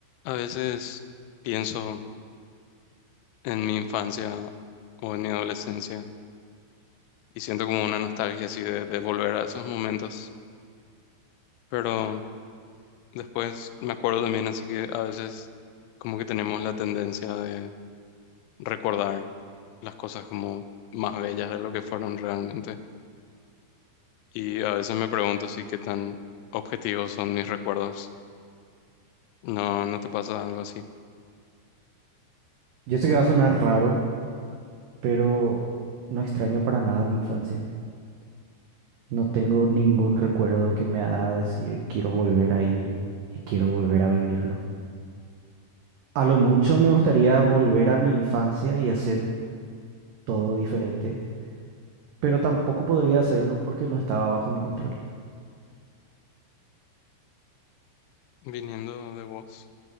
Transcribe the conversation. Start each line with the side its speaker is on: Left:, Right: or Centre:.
Left: A veces pienso en mi infancia o en mi adolescencia y siento como una nostalgia así de, de volver a esos momentos. Pero después me acuerdo también, así que a veces como que tenemos la tendencia de recordar las cosas como más bellas de lo que fueron realmente. Y a veces me pregunto si qué tan objetivos son mis recuerdos. No, ¿no te pasa algo así?
Right: Yo sé que va a sonar raro, pero no extraño para nada mi infancia. No tengo ningún recuerdo que me haga decir quiero volver ahí y quiero volver a vivirlo. A lo mucho me gustaría volver a mi infancia y hacer todo diferente, pero tampoco podría hacerlo porque no estaba bajo mi control.
Left: Viniendo de vos,